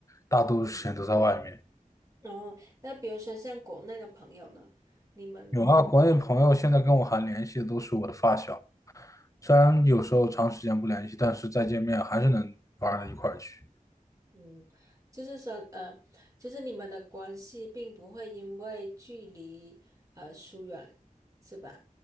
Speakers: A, on the left; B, on the right.
A: 大多数时间都在外面。
B: 哦，那比如说像国内的朋友呢，你们，
A: 有啊，国内朋友现在跟我还联系的都是我的发小，虽然有时候长时间不联系，但是再见面还是能玩到一块儿去。
B: 嗯，就是说，呃，就是你们的关系并不会因为距离而疏远，是吧？